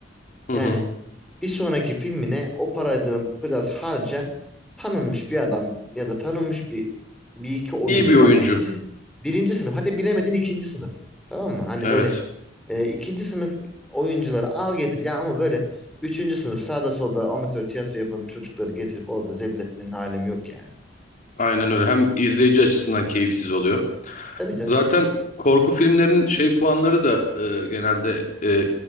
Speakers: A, on the left; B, in the centre.
A: Hı
B: Yani
A: hı.
B: bir sonraki filmine o parayı da biraz harca tanınmış bir adam ya da tanınmış bir bir iki oyuncu
A: İyi bir oyuncu.
B: ya birinci birinci sınıf hadi bilemedin ikinci sınıf tamam mı? Hani
A: Evet.
B: böyle e, ikinci sınıf oyuncuları al getir ya ama böyle üçüncü sınıf sağda solda amatör tiyatro yapan çocukları getirip orada zebil etmenin alemi yok ya.
A: Aynen öyle. Hem izleyici açısından keyifsiz oluyor.
B: Tabii canım.
A: Zaten korku filmlerinin şey puanları da e, genelde e,